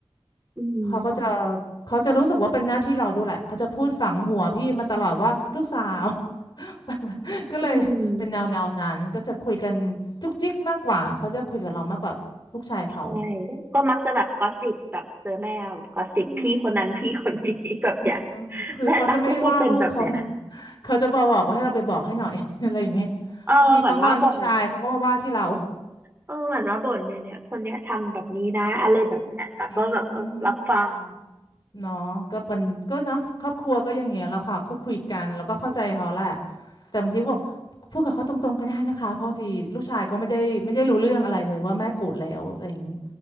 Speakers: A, on the right; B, on the left.
A: อืม
B: เขาก็จะเขาจะรู้สึกว่าเป็นหน้าที่เราด้วยแหละเขาจะพูดฝังหัวพี่มาตลอดว่าลูกสาว <laughs> ก็เลยเป็นแนวแนวนั้นก็จะคุยกันจุกจิกมากกว่าเขาจะคุยกับเรามากกว่าลูกชายเขา
A: อืม ใช่ก็มักจะแบบกอสซิปแบบเจอแม่กอสซิปพี่คนนั้นพี่คนนี้
B: อืม
A: <laughs> แบบเนี้ย
B: เออคือเขาจะไม่ว่าลูกเขา
A: แม่ตั๊กก็จะเป็นแบบเนี้ย
B: <laughs> เขาจะบอกบอกว่าให้เราไปบอกให้หน่อย <laughs> อะไรอย่างเงี้ย
A: เออเหมือนมาบ่น
B: บางทีเขางอนลูกชายเขาก็มาว่าที่เรา
A: เออเหมือนมาบ่นเนี่ยเนี่ยคนเนี้ยทำแบบนี้นะอะไรแบบเนี้ยตั๊กก็แบบเออรับฟัง
B: อืม เนาะก็เป็นก็เนาะครอบครัวก็อย่างเงี้ยแหล้วค่ะเขาคุยกันแล้วก็เข้าใจเขาแหละแต่บางทีก็บอกพูดกับเขาตรงๆก็ได้นะคะเพราะบางทีลูกชายก็ไม่ได้ไม่ได้รู้เรื่องอะไรเลยว่าแม่โกรธแล้วอะไรอย่างงี้